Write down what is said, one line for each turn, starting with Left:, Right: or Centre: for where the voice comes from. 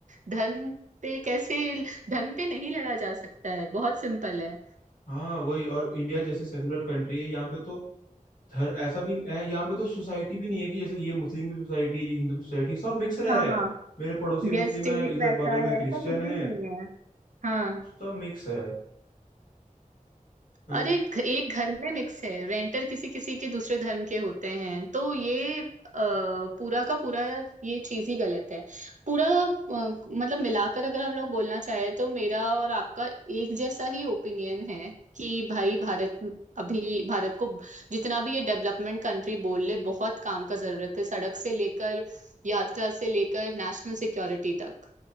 Right: धर्म पे कैसे धर्म पे नहीं लड़ा जा सकता है बहुत सिंपल है
Left: हाँ वही और इंडिया जैसे सेकुलर कंट्री है यहाँ पे तो धर ऐसा भी है यहाँ पे तो सोसाइटी भी नहीं है कि जैसे ये मुस्लिम की सोसाइटी है ये हिंदू की सोसाइटी है सब मिक्स रह
Right: हाँ
Left: रहे हैं मेरे पड़ोसी मुस्लिम
Right: यस टेक
Left: है इधर
Right: वैसा
Left: बगल में
Right: है
Left: क्रिश्चियन
Right: ऐसा कुछ
Left: है
Right: भी नहीं है हाँ
Left: सब मिक्स है हाँ,
Right: अरे एक एक घर में मिक्स है रेंटर किसी किसी के दूसरे धर्म के होते हैं तो ये अ, पूरा का पूरा ये चीज ही गलत है पूरा अ, मतलब मिलाकर अगर हम लोग बोलना चाहें तो मेरा और आपका एक जैसा ही ओपिनियन है कि भाई भारत अभी भारत को जितना भी ये डेवलपमेंट कंट्री बोल ले बहुत काम का जरूरत है सड़क से लेकर यात्रा से लेकर नेशनल सिक्योरिटी तक